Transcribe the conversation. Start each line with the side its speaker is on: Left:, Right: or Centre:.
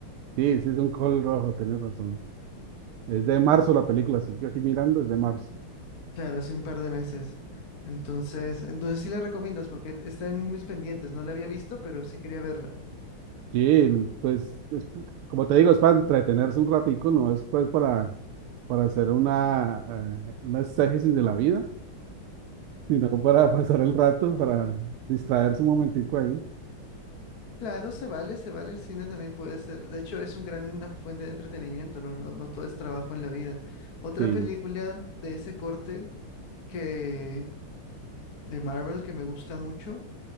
Right: sí, sí, es un Hulk rojo, tenés razón. Es de marzo la película, estoy aquí mirando, es de marzo.
Left: Claro, hace un par de meses. Entonces, entonces sí la recomiendas porque está en mis pendientes. No la había visto, pero sí quería verla.
Right: Sí, pues es como te digo, es para entretenerse un ratico, no es pues para, para hacer una, eh, una exégesis de la vida, sino para <laughs> pasar el rato, para distraerse un momentico ahí.
Left: Claro, se vale, se vale. El cine también puede ser. De hecho, es un gran, una fuente de entretenimiento. No, no, no todo es trabajo en la vida. Otra
Right: Sí,
Left: película de ese corte que de Marvel que me gusta mucho